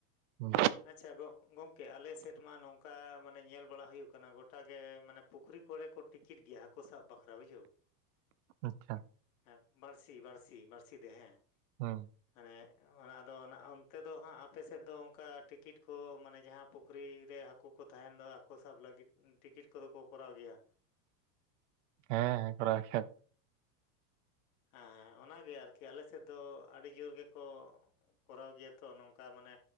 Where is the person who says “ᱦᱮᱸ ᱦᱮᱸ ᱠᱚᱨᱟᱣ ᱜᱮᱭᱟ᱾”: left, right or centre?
Right